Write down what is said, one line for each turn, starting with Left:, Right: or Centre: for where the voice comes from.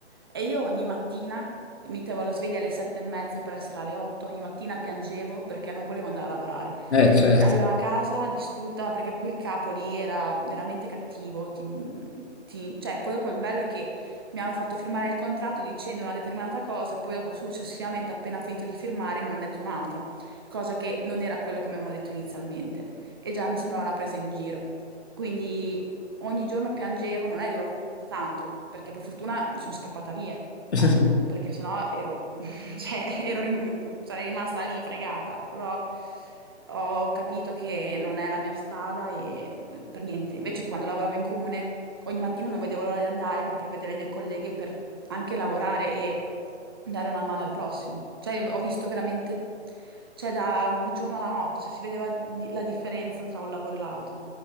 Right: E io ogni mattina mettevo la sveglia alle sette e mezza per essere alle 8, ogni mattina piangevo perché non volevo andare a lavorare
Left: Eh certo.
Right: arrivava a casa distrutta perché proprio il capo lì era veramente cattivo. ti- ti- cioè, poi dopo il bello è che mi hanno fatto firmare il contratto dicendo una determinata cosa e poi dopo successivamente, appena finito di firmare, me ne hanno detto un'altra, cosa che non era quello che mi avevano detto inizialmente. E già mi sembrava una presa in giro. Quindi ogni giorno piangevo, non è durata tanto, perché per fortuna sono scappata via
Left: <laughs>
Right: perché sennò ero, <laughs> cioè, ero rim- sarei rimasta lì fregata, però ho capito che non è la mia strada e per niente. Invece quando lavoravo in comune, ogni mattina non vedevo l'ora di andare, ma per vedere le mie colleghe, per anche lavorare e dare una mano al prossimo. Cioè, ho visto veramente, cioè, da un giorno alla notte, cioè, si vedeva di- la differenza tra un lavoro e l'altro.